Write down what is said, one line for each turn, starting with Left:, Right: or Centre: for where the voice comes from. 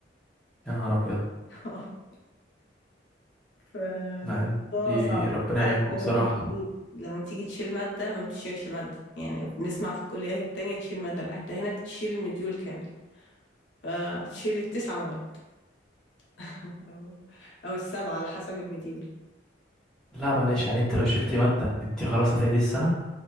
Centre: يا نهار أبيض
Left: <laughs> فالموضوع
Centre: لا انت
Left: صعب
Centre: ربنا
Left: عارف
Centre: يعينكم
Left: لما
Centre: بصراحة
Left: تيجي لما تيجي تشيل مادة ما بتشيلش مادة يعني بنسمع في الكليات التانية تشيل مادة لا انت هنا تشيل مديول كامل فتشيل التسع مواد <laughs> او او السبعة على حسب المديول
Centre: لا معلش يعني انت لو شلتي مادة انت خلاص هتعيدي السنة